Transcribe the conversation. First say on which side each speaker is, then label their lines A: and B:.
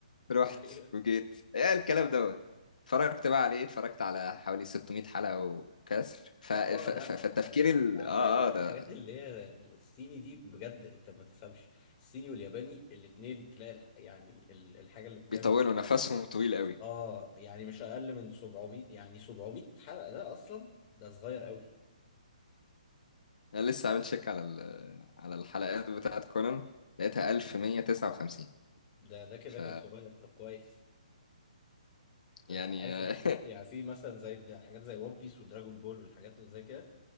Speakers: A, on the left; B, on the left.
A: رحت
B: ايوه
A: وجيت ايه الكلام دوت اتفرجت بقى عليه اتفرجت على حوالي 600 حلقة وكسر ف...
B: ما
A: ف...
B: اه لا
A: ف...
B: لا
A: فالتفكير
B: لا
A: ال... اه
B: انا عايز اقول
A: اه ده
B: لك الحاجات اللي هي الصيني دي بجد انت ما تفهمش الصيني والياباني الاتنين تلاقي الح- يعني ال- الحاجه اللي بتتعمل
A: بيطولوا نفسهم طويل قوي
B: اه يعني مش اقل من 700 يعني 700 حلقة ده اصلا ده صغير قوي
A: انا لسه عامل شيك على ال... على الحلقات بتاعت كونان لقيتها 1159
B: ده ده كده
A: ف
B: كان صغير طب كويس ده
A: يعني
B: انت عارف الحاجات يعني في مثلا زي ده- حاجات زي ون بيس ودراجون بول والحاجات اللي زي كده